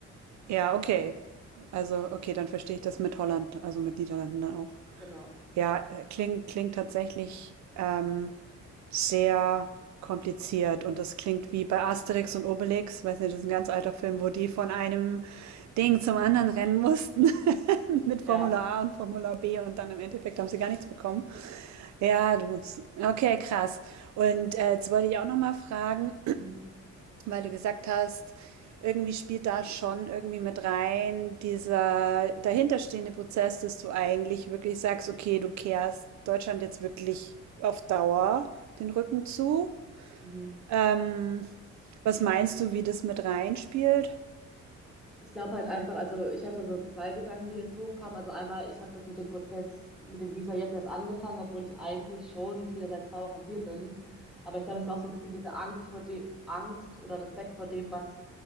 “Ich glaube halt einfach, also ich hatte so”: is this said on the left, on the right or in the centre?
Centre